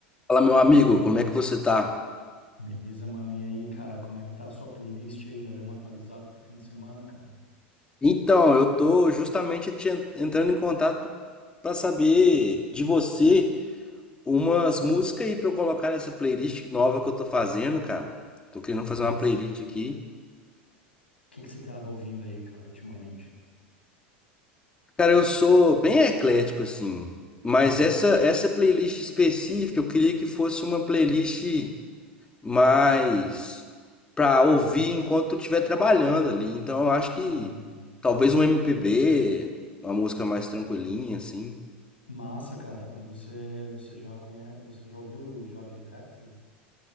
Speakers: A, on the left (about 15°); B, on the left (about 90°).
A: Fala, meu amigo, como é que você tá?
B: Beleza, mano. E aí, cara, como é que tá a sua playlist aí? Já deu uma atualizada pro fim de semana, cara?
A: Então, eu tô justamente te en- entrando em contato pra saber de você umas músicas aí pra eu colocar nessa playlist nova que eu tô fazendo, cara. Tô querendo fazer
B: Massa.
A: uma playlist aqui.
B: O que que você tava ouvindo aí, cara, ultimamente?
A: Cara, eu sou bem eclético assim, mas
B: Uhum.
A: essa essa playlist específica eu queria que fosse uma playlist mas pra ouvir enquanto eu estiver trabalhando ali. Então eu acho que
B: Ah, entendi.
A: talvez um MPB, uma música mais tranquilinha, assim.
B: Massa, cara. Você, você já conhece, você já ouviu o Jorge Drexler?